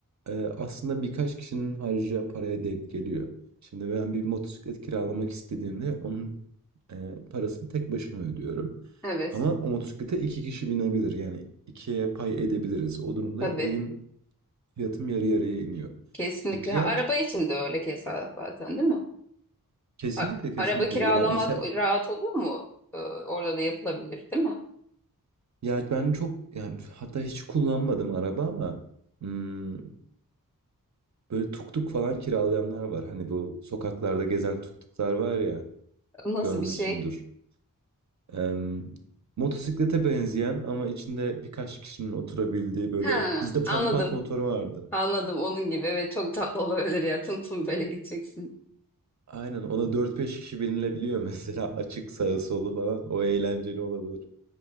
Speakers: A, on the right (about 55°); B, in the centre.
A: Eee, aslında birkaç kişinin harcayacağı paraya denk geliyor. Şimdi ben bir motosiklet kiralamak istediğimde onun eee, parasını tek başıma ödüyorum.
B: Evet,
A: Ama o motosiklete iki kişi binebilir. Yani ikiye pay edebiliriz. O durumda
B: tabii.
A: benim fiyatım yarı yarıya iniyor.
B: Kesinlikle.
A: E bir yer
B: Ha, Araba için de öyle keza zaten değil mi?
A: kesinlikle
B: A-
A: kesinlikle.
B: araba kiralamak
A: Yani mesela
B: rahat olur mu? Ee, orada da yapılabilir değil mi?
A: ya ben çok yani hatta hiç kullanmadım araba ama hmm, böyle tuk tuk falan kiralayanlar var. Hani bu sokaklarda gezen tuk tuklar var ya
B: Nasıl
A: görmüşsündür.
B: bir şey?
A: Em, motosiklete benzeyen ama içinde birkaç kişinin oturabildiği böyle
B: Ha,
A: bizde pat
B: anladım.
A: pat motoru vardı.
B: Anladım onun gibi. Evet çok tatlı olabilir ya. Tım tım böyle gideceksin.
A: Aynen ona dört beş kişi binilebiliyor <laughs> mesela açık sağı solu falan o eğlenceli olabilir.